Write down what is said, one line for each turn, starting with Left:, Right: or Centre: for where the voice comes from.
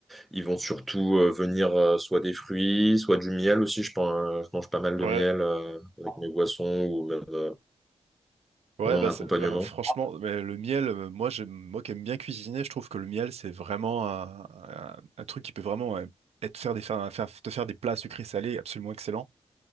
Centre: ils vont surtout euh, venir euh, soit des fruits, soit du miel aussi. Je, prends- je mange pas mal de
Right: Ouais.
Centre: miel euh, avec mes boissons ou même, euh,
Right: Ouais,
Centre: même en
Right: bah,
Centre: accompagnement.
Right: c'est- euh, franchement, mais le miel, euh, moi, j'aime- moi qui aime bien cuisiner, je trouve que le miel, c'est vraiment un, un- un truc qui peut vraiment ouais, être faire des, faire, faire- te faire des plats sucrés salés absolument excellents.